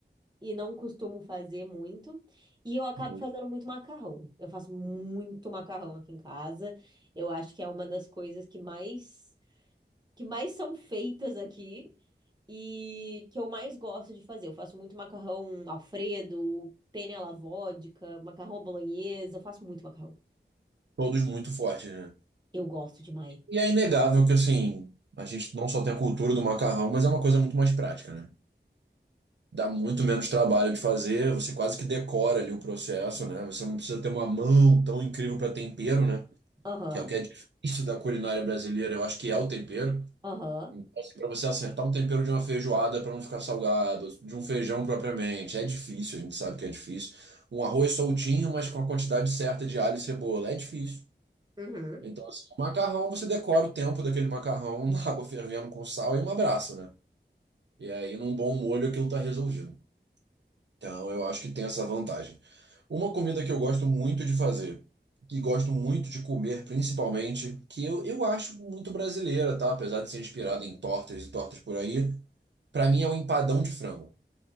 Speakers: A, on the right; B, on the right.
A: e não costumo fazer muito, e eu acabo
B: justo.
A: fazendo muito macarrão. Eu faço muito macarrão aqui em casa. Eu acho que é uma das coisas que mais que mais são feitas aqui e que eu mais gosto de fazer. Eu faço muito macarrão Alfredo, penne alla vodka, macarrão bolonhesa, eu faço muito macarrão.
B: Todos muito fortes, né?
A: Eu gosto demais.
B: E é inegável que, assim, a gente não só tem a cultura do macarrão, mas é uma coisa muito mais prática, né? Dá muito menos trabalho de fazer, você quase que decora ali o processo, né? Você não precisa ter uma mão tão incrível para tempero, né?
A: Aham,
B: Que é o que é difícil da culinária brasileira, eu acho que é o tempero.
A: aham,
B: Então, assim, para você acertar um tempero de uma feijoada para não ficar salgado, de um feijão propriamente, é difícil, a gente sabe que é difícil. Um arroz soltinho, mas com a quantidade certa de alho e cebola, é difícil.
A: uhum.
B: Então, assim, o macarrão, você decora o tempo daquele macarrão na água fervendo com sal e um abraço, né? E aí, num bom molho, aquilo tá resolvido. Então, eu acho que tem essa vantagem. Uma comida que eu gosto muito de fazer, que gosto muito de comer, principalmente, que eu, eu acho muito brasileira, tá? Apesar de ser inspirada em tortas e tortas por aí, pra mim é o empadão de frango.